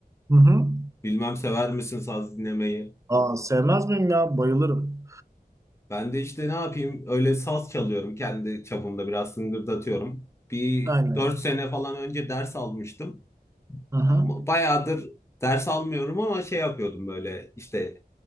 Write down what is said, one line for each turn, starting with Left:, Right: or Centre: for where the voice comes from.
Right: Hı hı.
Left: Bilmem sever misin saz dinlemeyi?
Right: Aa, sevmez miyim ya? Bayılırım.
Left: Ben de işte ne yapayım öyle saz çalıyorum. Kendi çapımda biraz sıngırdatıyorum. Bir
Right: Aynen.
Left: 4 sene falan önce ders almıştım.
Right: Hı
Left: Ama
Right: hı.
Left: bayağıdır ders almıyorum ama şey yapıyordum böyle işte